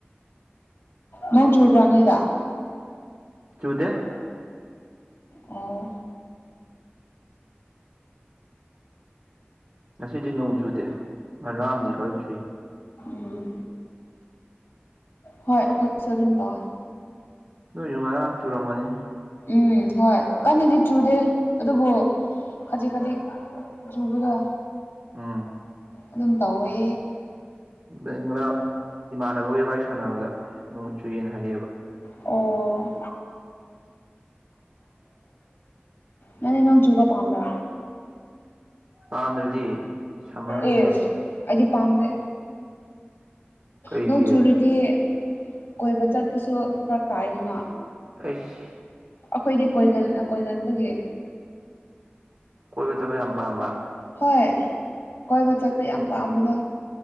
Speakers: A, on the left; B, on the right.
A: ꯅꯣꯡ ꯆꯨꯕ꯭ꯔꯣ ꯅꯣꯢꯗꯤ
B: ꯆꯨꯗꯦ
A: ꯑꯣ
B: ꯉꯁꯤꯗꯤ ꯅꯣꯡ ꯆꯨꯗꯦ ꯉꯔꯥꯡꯗꯤ ꯈꯔ ꯆꯨꯏ
A: ꯎꯝ ꯍꯣꯏ ꯑꯩꯈꯣꯏꯁꯨ ꯑꯗꯨꯝ ꯇꯧꯋꯦ
B: ꯅꯣꯏꯁꯨ ꯉꯔꯥꯡ ꯆꯨꯔꯝꯒꯅꯤ
A: ꯎꯝ ꯍꯣꯏ ꯀꯟꯅꯗꯤ ꯆꯨꯗꯦ ꯑꯗꯨꯕꯨ ꯈꯖꯤꯛ ꯈꯖꯤꯛ ꯆꯨꯕꯗ
B: ꯑꯥ
A: ꯑꯗꯨꯝ ꯇꯧꯋꯦ
B: ꯑ ꯑꯩꯅ ꯏꯃꯥꯟꯅꯕꯒꯤ ꯋꯥꯔꯤ ꯁꯥꯟꯅꯕꯗ ꯅꯣꯡ ꯆꯨꯌꯦꯅ ꯍꯥꯏꯔꯛꯑꯦꯕ
A: ꯑꯣ
B: <inaudible>
A: ꯅꯪꯗꯤ ꯅꯪ ꯆꯨꯕ ꯄꯥꯝꯕ꯭ꯔꯥ
B: ꯄꯥꯝꯗ꯭ꯔꯗꯤ ꯁꯝꯃꯔꯅꯤꯅ
A: ꯌꯦꯁ ꯑꯩꯗꯤ ꯄꯥꯝꯗꯦ
B: ꯀꯩꯒꯤ
A: ꯅꯣꯡ ꯆꯨꯔꯤꯗꯤ ꯀꯣꯏꯕ ꯆꯠꯄꯁꯨ ꯐꯔꯛ ꯇꯥꯏꯗꯅ
B: ꯑꯁ
A: ꯑꯩꯈꯣꯏꯗꯤ ꯀꯣꯏꯒꯟ ꯀꯣꯏꯒꯟꯕꯒꯤ
B: ꯀꯣꯏꯕ ꯆꯠꯄ ꯌꯥꯝ ꯄꯥꯝꯕ
A: ꯍꯣꯏ ꯀꯣꯏꯕ ꯆꯠꯄ ꯌꯥꯝ ꯄꯥꯝꯕꯗꯣ